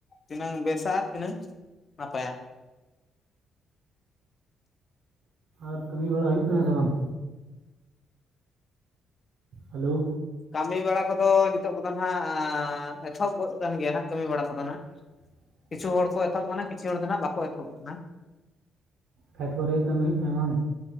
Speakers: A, on the left; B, on the right.
A: ᱛᱤᱱᱟᱹᱝ ᱵᱮᱥᱟ ᱛᱤᱱᱟᱹᱝ ᱱᱟᱯᱟᱭᱟ
B: ᱟᱨ ᱠᱟᱹᱢᱤ ᱵᱟᱲᱟ ᱦᱩᱭᱩᱜ ᱠᱟᱱᱟ ᱥᱮ ᱵᱟᱝ ᱦᱮᱞᱳ
A: ᱠᱟᱹᱢᱤ ᱵᱟᱲᱟ ᱠᱚᱫᱚ ᱱᱤᱛᱚᱜ ᱠᱚᱫᱚ ᱱᱟᱜ ᱮᱛᱚᱦᱚᱵ ᱜᱚᱫ ᱟᱠᱟᱱ ᱜᱮᱭᱟ ᱦᱟᱜ ᱠᱟᱹᱢᱤ ᱵᱟᱲᱟ ᱠᱚᱫᱚ ᱱᱟᱜ
B: <inaudible>
A: ᱠᱤᱪᱷᱩ ᱦᱚᱲ ᱠᱚ ᱮᱛᱚᱦᱚᱵ ᱟᱠᱟᱱᱟ ᱠᱤᱪᱷᱩ ᱦᱚᱲ ᱫᱚ ᱟᱸᱜ ᱵᱟᱠᱚ ᱮᱛᱚᱦᱚ ᱵᱚᱜ ᱠᱟᱱᱟ
B: ᱠᱷᱮᱛ ᱠᱚᱨᱮ ᱜᱮ ᱠᱟᱹᱢᱤ ᱦᱩᱭᱩᱜ ᱠᱟᱱᱟ ᱵᱟᱝ